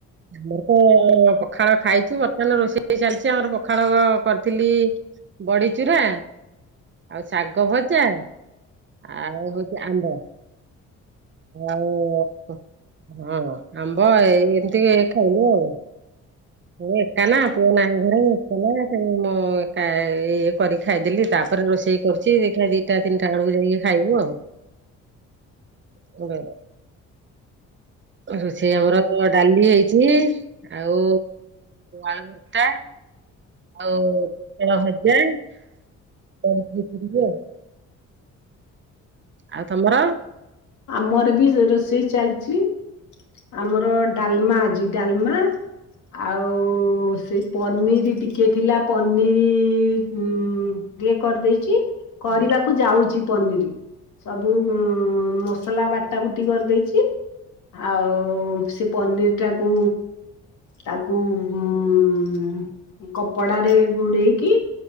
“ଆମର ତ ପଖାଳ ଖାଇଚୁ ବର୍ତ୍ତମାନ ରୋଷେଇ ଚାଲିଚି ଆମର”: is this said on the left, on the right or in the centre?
Right